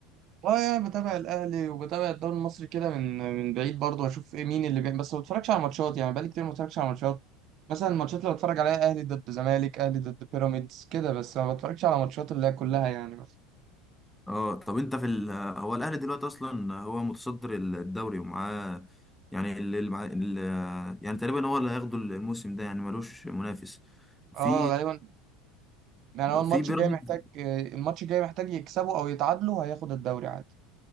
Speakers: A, on the right; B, in the centre.
A: اه يعني بتابع الاهلي وبتابع الدوري المصري كده من من بعيد برضه واشوف ايه مين اللي بيعمل بس ما بتفرجش على ماتشات يعني بقالي كتير ما بتفرجش على ماتشات مثلا الماتشات اللي بتفرج عليها اهلي ضد زمالك اهلي ضد بيراميدز كده بس ما بتفرجش على ماتشات اللي هي كلها يعني بس
B: اه طب انت في ال... هو الاهلي دلوقتي اصلا هو متصدر الدوري ومعاه يعني اللي اللي معاه ال... يعني تقريبا هو اللي هياخده الموسم ده يعني ملوش منافس في
A: اه غالبا يعني هو الماتش
B: في بيراميدز
A: الجاي محتاج الماتش الجاي محتاج يكسبوا او يتعادلوا هياخد الدوري عادي